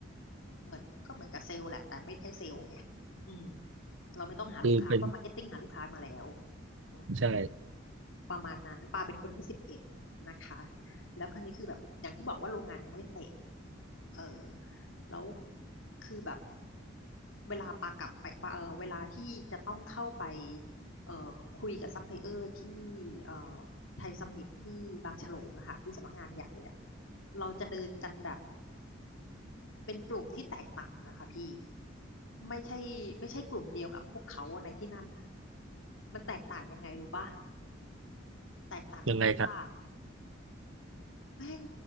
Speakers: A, on the left (about 80°); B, on the right (about 70°).
A: เหมือนก็เหมือนกับเซลล์แหละแต่ไม่ใช่เซลล์ไงอืมเราไม่ต้องหาลูกค้า
B: คือเป็น
A: เพราะ marketing หาลูกค้ามาแล้วอืม
B: ใช่
A: ประมาณนั้นปาเป็นคนที่สิบเอ็ดนะคะแล้วคราวนี้คือแบบอย่างที่บอกว่าโรงงานยังไม่เสร็จเออแล้วคือแบบเวลาปากลับไปปาเออเวลาที่จะต้องเข้าไปเอ่อคุยกับซัพพลายเออร์ที่เอ่อไทยซัมมิตที่บางฉลงอะค่ะที่สำนักงานใหญ่อะเราจะเดินกันแบบเป็นกลุ่มที่แตกต่างอะค่ะพี่ไม่ใช่ไม่ใช่กลุ่มเดียวกับพวกเขาในที่นั่นน่ะมันแตกต่างยังไงรู้ปะแตกต่างตรงที่ว่า
B: ยังไงครับ
A: แม่ง